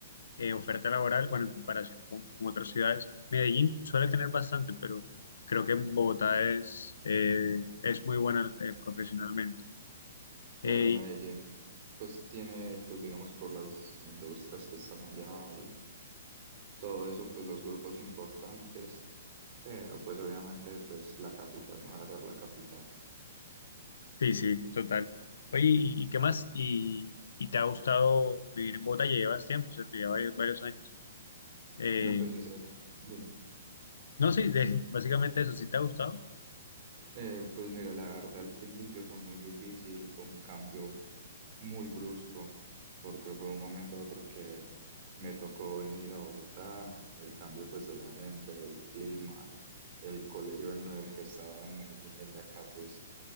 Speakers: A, on the left; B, on the right.
A: eh, oferta laboral, bueno, en comparación con, con otras ciudades. Medellín suele tener bastante, pero creo que en Bogotá es, eh, es muy buena eh, profesionalmente.
B: Claro,
A: Eh,
B: Medellín, pues tiene, pues digamos, por las industrias que están allá y todo eso, pues los grupos importantes, pero pues obviamente, pues la capital no va a ser la capital.
A: Sí, sí, total. Oye, ¿y, y qué más? ¿Y, y te ha gustado vivir en Bogotá? Ya llevas tiempo, ¿cierto? Ya varios, varios años. Eh,
B: Mira, pues sincera, dime.
A: no, sí, de- <laughs> básicamente eso, ¿sí te ha gustado?
B: Eh, pues mira, la verdad al principio fue muy difícil, fue un cambio muy brusco, porque fue un momento a otro que me tocó venir a Bogotá, el cambio pues de la gente, el clima, el colegio en el que estaba en Medellín y el de acá, pues